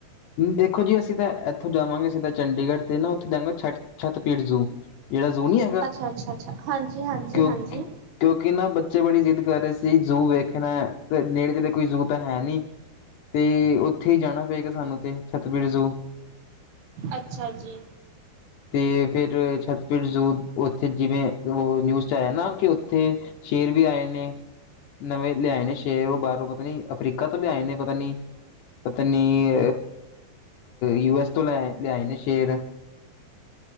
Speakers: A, on the left; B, on the right.
A: ਦੇਖੋ ਜੀ ਅਸੀਂ ਤਾਂ ਇੱਥੋਂ ਜਾਵਾਂਗੇ ਅਸੀਂ ਤਾਂ ਚੰਡੀਗੜ੍ਹ ਤੇ ਨਾ ਉੱਥੇ ਜਾਗੇ ਛੱਡ। ਛੱਤਬੀੜ ਜ਼ੂ ਜਿਹੜਾ ਜ਼ੂ ਨਹੀਂ ਹੈਗਾ
B: ਅੱਛਾ-ਅੱਛਾ-ਅੱਛਾ ਹਾਂਜੀ-ਹਾਂਜੀ-ਹਾਂਜੀ
A: ਓਕੇ ਓਕੇ। ਕਿਉਂਕਿ ਨਾ ਬੱਚੇ ਬੜੀ ਜ਼ਿੱਦ ਕਰ ਰਹੇ ਸੀ ਜ਼ੂ ਵੇਖਣਾ ਤੇ ਨੇੜੇ ਤੇੜੇ ਕੋਈ ਜ਼ੂ ਤਾਂ ਹੈ ਨਹੀਂ। ਤੇ ਉੱਥੇ ਹੀ ਜਾਣਾ ਪਏਗਾ ਸਾਨੂੰ ਤੇ ਛੱਤਬੀੜ ਜ਼ੂ।
B: ਅੱਛਾ ਜੀ।
A: ਅਤੇ ਫਿਰ ਛੱਤਬੀੜ ਉੱਥੇ ਜਿਵੇਂ ਉਹ ਨਿਊਜ਼। ਹੈ ਨਾ ਕਿ ਉੱਥੇ ਸ਼ੇਰ ਵੀ ਆਏ ਨੇ। ਨਵੇਂ ਲਿਆਏ ਨੇ ਸ਼ੇਰ ਉਹ ਬਾਹਰੋਂ ਪਤਾ ਨੀ ਅਫਰੀਕਾ ਤੋਂ ਲਿਆਏ ਨੇ ਪਤਾ ਨੀ ਪਤਾ ਨੀ ਯੂ ਐਸ ਤੋਂ ਲਿਆ ਲਿਆਏ ਨੇ ਸ਼ੇਰ।